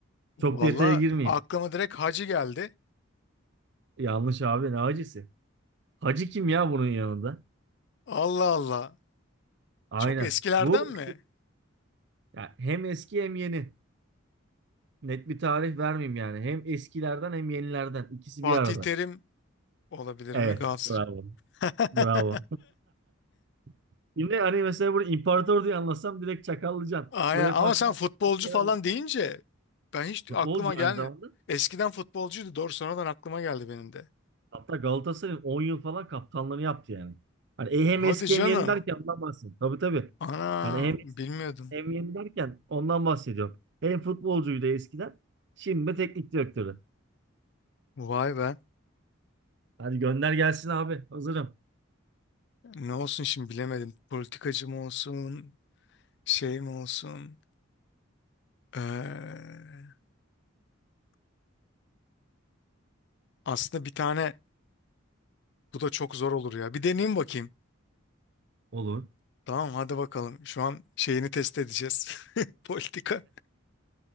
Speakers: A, on the left (about 55°); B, on the right (about 55°).
A: Valla
B: Çok detaya girmeyeyim.
A: aklıma direkt Hacı geldi.
B: Yanlış abi ne hacısı? Hacı kim ya bunun yanında?
A: Allah Allah.
B: Aynen.
A: Çok eskilerden
B: Bu
A: mi?
B: ya hem eski hem yeni. Net bir tarih vermeyeyim yani. Hem eskilerden hem yenilerden. İkisi
A: Fatih
B: bir arada.
A: Terim Olabilir
B: Evet,
A: mi Galatasaray?
B: bravo.
A: <laughs>
B: Bravo. <laughs> Şimdi hani mesela burada imparator diye anlatsam direkt çakallıcan.
A: Aynen
B: UEFA
A: ama sen
B: Kupası'nda
A: futbolcu falan
B: yer aldı.
A: deyince ben hiç
B: Futbolcu
A: aklıma gelmedi.
B: aynı zamanda.
A: Eskiden futbolcuydu doğru sonradan aklıma geldi benim de.
B: Hatta Galatasaray'ın 10 yıl falan kaptanlığını yaptı yani. Hani e,
A: Hadi
B: hem eski
A: canım.
B: hem yeni derken ondan bahsediyorum. Tabii tabii.
A: Ana
B: Hani hem eski
A: bilmiyordum.
B: hem yeni derken ondan bahsediyorum. Hem futbolcuydu eskiden. Şimdi de teknik direktörü.
A: Vay be.
B: Hadi gönder gelsin abi. Hazırım.
A: Ne olsun şimdi bilemedim. Politikacı mı olsun? Şey mi olsun? Ee, aslında bir tane bu da çok zor olur ya. Bir deneyeyim bakayım.
B: Olur.
A: Tamam hadi bakalım. Şu an şeyini test edeceğiz. <laughs> Politika.